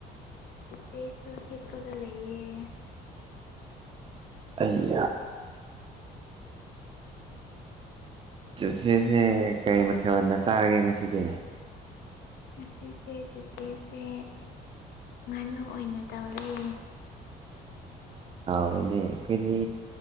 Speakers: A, on the left; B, on the right.
A: ꯁꯦꯁꯨ ꯍꯞꯄꯒ ꯂꯌꯦꯦ
B: ꯑꯩ ꯆꯆꯦꯁꯦ ꯀꯔꯤ ꯃꯊꯦꯜ ꯑꯣꯏꯅ ꯆꯥꯔꯒꯦ ꯉꯁꯤꯗꯤ
A: ꯉꯁꯤꯁꯦ ꯆꯤꯆꯦꯁꯦ ꯉꯥꯅꯨ ꯑꯣꯏꯅ ꯇꯧꯔꯦ
B: ꯑꯦꯅꯦ ꯀꯅꯤ